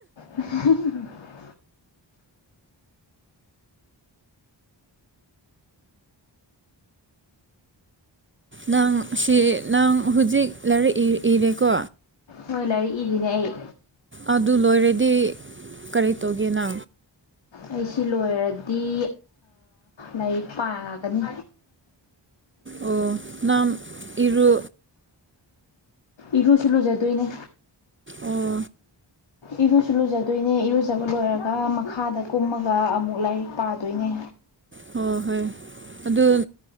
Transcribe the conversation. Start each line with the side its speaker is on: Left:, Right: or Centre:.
Left: <unintelligible>
Right: ꯅꯪ ꯁꯤ ꯅꯪ ꯍꯧꯖꯤꯛ ꯂꯥꯏꯔꯤꯛ ꯏꯔꯦꯀꯣ
Left: ꯍꯣꯏ ꯂꯥꯏꯔꯤꯛ ꯏꯗꯤꯅꯦ ꯑꯩ
Right: ꯑꯗꯨ ꯂꯣꯏꯔꯗꯤ ꯀꯔꯤ ꯇꯧꯒꯦꯅ
Left: ꯑꯩꯁꯤ ꯂꯣꯏꯔꯗꯤ ꯂꯥꯏꯔꯤꯛ ꯄꯥꯒꯅꯤ
Right: ꯑꯣ ꯅꯝ ꯏꯔꯣ
Left: ꯏꯔꯨꯁꯨ ꯂꯨꯖꯗꯣꯏꯅꯦ
Right: ꯑꯣ
Left: ꯏꯔꯨꯁꯨ ꯂꯨꯖꯗꯣꯏꯅꯦ ꯏꯔꯨꯖꯕ ꯂꯣꯏꯔꯒ ꯃꯈꯥꯗ ꯀꯨꯝꯃꯒ ꯑꯃꯨꯛ ꯂꯥꯏꯔꯤꯛ ꯄꯥꯗꯣꯏꯅꯦ
Right: ꯍ ꯍꯣꯏ ꯑꯗꯨ